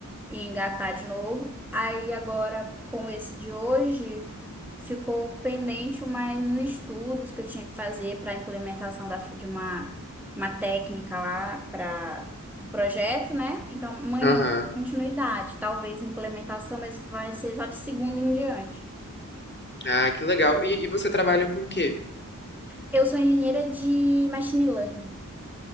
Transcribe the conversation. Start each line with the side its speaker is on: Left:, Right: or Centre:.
Centre: e engatar de novo. Aí agora, com esse de hoje, ficou pendente mais nos estudos que eu tinha que fazer para a implementação da, de uma, uma técnica lá para o projeto, né? Então, amanhã
Left: Aham.
Centre: eu dou continuidade. Talvez implementação, mas vai ser só de segunda em diante.
Left: Ah, que legal. E, e você trabalha com o quê?
Centre: Eu sou engenheira de machine learning.